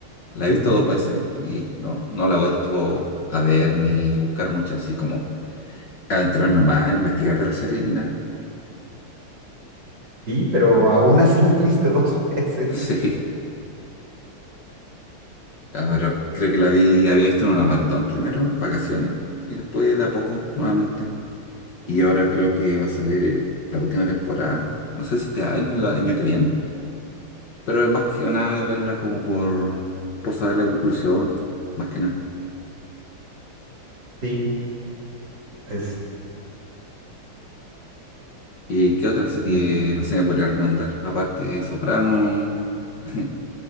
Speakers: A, on the left; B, on the right.
A: la
B: ujú,
A: he visto dos veces y no, no la he vuelto a ver ni buscar mucho así como adentrarme más en investigar de la serie ni nada.
B: Sí, pero aún así <laughs> la viste dos veces.
A: <laughs> Sí, ya, pero creo que la vi, había visto en una maratón primero, en vacaciones, y después de a poco nuevamente. Y ahora creo que va a salir la última temporada. No sé si este año o el año que viene. Pero es más que nada de verla como por, por saber la conclusión. Más que nada.
B: Sí, este...
A: ¿Y qué otra serie,
B: mis-
A: no sé, me podría recomendar? Aparte de Soprano. <laughs>